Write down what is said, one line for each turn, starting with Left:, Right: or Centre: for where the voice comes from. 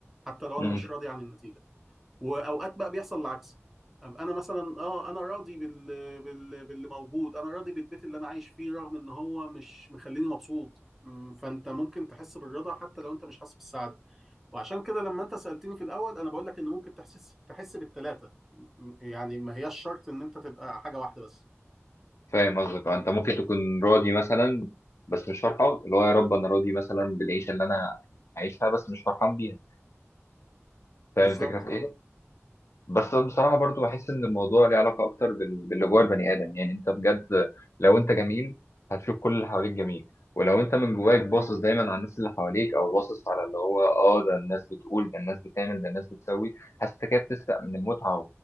Centre: حتى لو
Left: مم.
Centre: انا مش راضي عن النتيجه واوقات بقى بيحصل العكس أبقى انا مثلا اه انا راضي بال... بال... باللي موجود انا راضي بالبيت اللي انا عايش فيه رغم ان هو مش مخليني مبسوط أمم، فانت ممكن تحس بالرضا حتى لو انت مش حاسس بالسعاده وعشان كده لما انت سالتني في الاول انا بقول لك ان ممكن تحس تحس بالثلاثه يعني ما هياش شرط ان انت تبقى حاجه واحده بس
Left: فاهم قصدك آه، انت ممكن تكون راضي مثلا بس مش فرحان اللي هو يا رب انا راضي مثلا بالعيشه اللي انا عايشها بس مش فرحان بيها فاهم
Centre: بالظبط
Left: الفكره في
Centre: اه
Left: ايه بس بصراحة برضو بحس إن الموضوع ليه علاقة أكتر بال- باللي جوه البني آدم يعني أنت بجد لو أنت جميل هتشوف كل اللي حواليك جميل ولو أنت من جواك باصص دايما على الناس اللي حواليك أو باصص على اللي هو آه ده الناس بتقول ده الناس بتعمل ده الناس بتسوي حاسس إنك كده بتسرق من المتعة